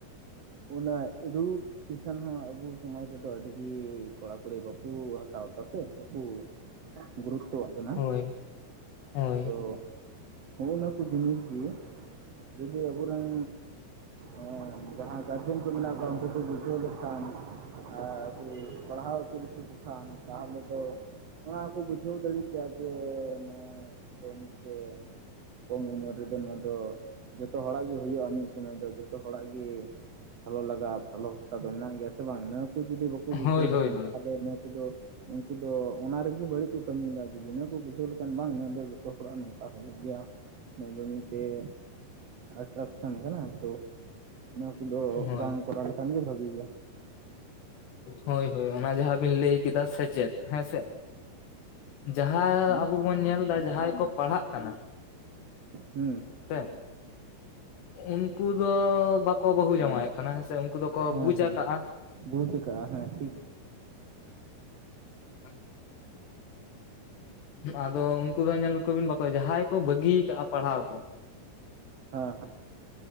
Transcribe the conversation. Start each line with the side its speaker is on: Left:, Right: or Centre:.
Right: ᱚᱱᱟ ᱨᱩᱯ ᱴᱤᱭᱩᱥᱚᱱ ᱦᱚᱸ ᱟᱵᱚ ᱥᱚᱢᱟᱡᱽ ᱨᱮᱫᱚ ᱟᱹᱰᱤᱜᱤ ᱠᱚᱲᱟ ᱠᱩᱲᱤ ᱵᱟᱠᱩ ᱦᱟᱛᱟᱣ ᱫᱟ ᱥᱮ ᱵᱟᱠᱩ ᱜᱩᱨᱩᱛᱚᱣᱟᱜ ᱠᱟᱱᱟ,
Left: ᱦᱳᱭ ᱦᱳᱭ
Right: ᱛᱚ ᱦᱚᱜᱼᱱᱟ ᱠᱚ ᱡᱤᱱᱤᱥ ᱜᱮ ᱡᱩᱫᱤ ᱟᱵᱚᱨᱮᱱ ᱮ ᱡᱟᱦᱟ ᱜᱟᱨᱡᱮᱱ ᱠᱚ ᱢᱮᱱᱟᱜ ᱠᱚᱣᱟ, ᱩᱱᱠᱩ ᱠᱚ ᱵᱩᱡᱷᱟᱹᱣ ᱞᱮᱠᱷᱟᱱ ᱟᱨ ᱠᱚ ᱯᱟᱲᱦᱟᱣ <unintelligible> ᱛᱟᱦᱚᱞᱮ ᱫᱚ ᱚᱱᱟᱠᱚ ᱵᱩᱡ ᱵᱩᱡᱷᱟᱹᱣ ᱫᱟᱲᱤ ᱠᱮᱭᱟ ᱡᱮ, ᱱᱚᱣᱟ ᱫᱚ ᱢᱤᱫᱴᱮᱜ ᱠᱚᱢ ᱩᱢᱮᱨ ᱨᱮᱫᱚ ᱱᱚᱣᱟ ᱫᱚ, ᱡᱚᱛᱚ ᱦᱚᱲᱟᱜ ᱜᱮ ᱦᱩᱭᱩᱜᱼᱟ, ᱢᱤᱫ ᱥᱚᱢᱚᱭ ᱥᱚᱢᱚᱭ ᱫᱚ ᱡᱚᱛᱚ ᱦᱚᱲᱟᱜ ᱜᱮ, ᱵᱷᱟᱞᱚ ᱞᱟᱜᱟ ᱵᱷᱟᱞᱚ ᱵᱟᱥᱟ ᱫᱚ ᱢᱮᱱᱟᱜ ᱜᱮᱭᱟ, ᱥᱮ ᱵᱟᱝ ᱤᱱᱟ. ᱠᱩ ᱡᱩᱫᱤ ᱠᱚ ᱵᱩᱡᱷᱟᱹᱣ
Left: ᱦᱳᱭ
Right: ᱞᱮᱠᱷᱟᱱ
Left: ᱦᱳᱭ ᱦᱳᱭ
Right: ᱛᱟᱦᱚᱞᱮ ᱱᱤᱭᱟᱹ ᱠᱩᱫᱚ ᱩᱱᱠᱩ ᱫᱚ ᱚᱱᱟ ᱨᱮᱜᱮ ᱵᱟᱹᱲᱤᱡ ᱠᱚ ᱠᱟᱹᱢᱤᱭᱮᱫᱟ, ᱡᱩᱫᱤ ᱤᱱᱟᱹᱜ ᱠᱚ ᱵᱩᱡᱷᱟᱹᱣ ᱞᱮᱠᱷᱟᱱ ᱵᱟᱝ ᱢᱮᱱᱫᱚ, ᱡᱷᱚᱛᱚ ᱦᱚᱲᱟᱜ ᱱᱚᱝᱠᱟ ᱦᱩᱭᱩᱜ ᱜᱮᱭᱟ ᱾ ᱚᱱᱟ ᱫᱚ ᱢᱤᱫᱴᱮᱡ ᱮᱴᱨᱟᱠᱥᱚᱱ ᱠᱟᱱᱟ ᱾ ᱛᱚ ᱚᱱᱟ ᱠᱚᱫᱚ
Left: ᱦᱳᱭ
Right: ᱵᱟᱝ ᱠᱚᱨᱟᱣ ᱞᱮᱠᱷᱟᱱ ᱜᱮ ᱵᱷᱟᱜᱤ ᱜᱮᱭᱟ ᱾
Left: ᱦᱳᱭ ᱦᱳᱭ ᱚᱱᱟ ᱡᱟᱦᱟᱸ ᱵᱤᱱ ᱞᱟᱹᱭ ᱠᱮᱫᱟ ᱥᱮᱪᱮᱫ ᱦᱮᱸ ᱥᱮ ᱾ ᱡᱟᱦᱟᱸ
Right: ᱦᱮᱸ
Left: ᱟᱵᱚ ᱵᱚᱱ ᱧᱮᱞ ᱫᱟ, ᱡᱟᱦᱟᱸᱭ ᱠᱚ ᱯᱟᱲᱦᱟᱜ ᱠᱟᱱᱟ
Right: ᱦᱩᱸ
Left: ᱦᱮ ᱩᱱᱠᱩ ᱫᱚ ᱵᱟᱠᱚ ᱵᱟᱹᱦᱩ ᱡᱟᱶᱟᱭᱚᱜ ᱠᱟᱱᱟ, ᱦᱮᱸᱥᱮ ᱩᱱᱠᱩ ᱫᱚᱠᱚ
Right: ᱦᱮᱸ
Left: ᱵᱩᱡ
Right: ᱦᱮᱸ
Left: ᱟᱠᱟᱜᱼᱟ ᱾
Right: ᱵᱩᱡ ᱟᱠᱟᱜᱼᱟ ᱦᱮᱸ ᱴᱷᱤᱠ
Left: ᱦᱟ <inaudible> ᱟᱫᱚ ᱩᱱᱠᱩ ᱫᱚ ᱧᱮᱞ ᱠᱚᱵᱤᱱ ᱵᱟᱠᱚ ᱡᱟᱦᱟᱸᱭ ᱠᱚ ᱵᱟᱹᱜᱤ ᱠᱟᱜᱼᱟ ᱯᱟᱲᱦᱟᱣ ᱠᱚ
Right: ᱦᱮᱸᱻᱦᱮᱸᱻ᱾